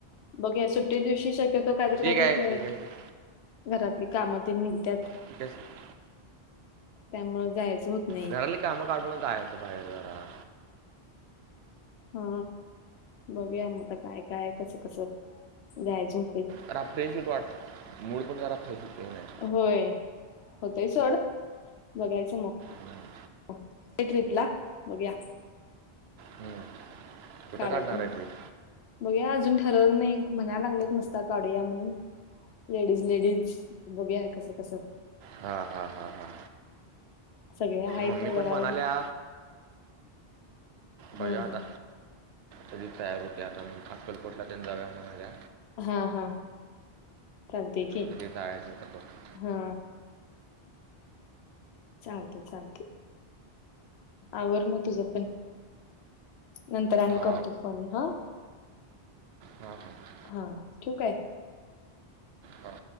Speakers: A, on the left; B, on the right.
A: बघ सुट्टे दिवशी शक्यतो काहीतरी
B: ते
A: काहीतर
B: काय
A: सुरू
B: ते
A: हाय
B: काय ते-
A: घरातली कामं तेन निघत्यात.
B: <unintelligible>
A: त्यामुळे जायचं होत नाही
B: घराली कामं काढून जायचं बाहेर जरा.
A: हा बघूया मग आता काय काय कसं कसं जायचं होतय.
B: अरा फ्रेश होतो वाट मूड पण जरा फ्रेश होतय व्हनी.
A: होय होतय सोड बघायचं मग,
B: हम्म.
A: <unintelligible> ट्रिपला बघुया.
B: हम्म. कुठं
A: काढायचं
B: काढणार
A: मग,
B: आहे ट्रिप
A: बघूया अजून ठरवलं नाही म्हणायला लागलेत नुसता काढूया म्हणून, लेडीज लेडीज बघूया कस कसं.
B: हा हा हा हा
A: सगळे आहेत
B: मम्मी पण
A: जरा
B: म्हणाल्या बघूया
A: हा
B: आता कधी तयार होत्या आता अक्कलकोटला तेन जाऊया म्हणाल्या.
A: हा हा चालतय की
B: कधी जायचं होतं बघ
A: हा. चालतय चालतय आवर मग तुझ पण, नंतर आणि
B: हां
A: करतो फोन हा.
B: हा हां.
A: हा, ठेऊ काय?
B: हां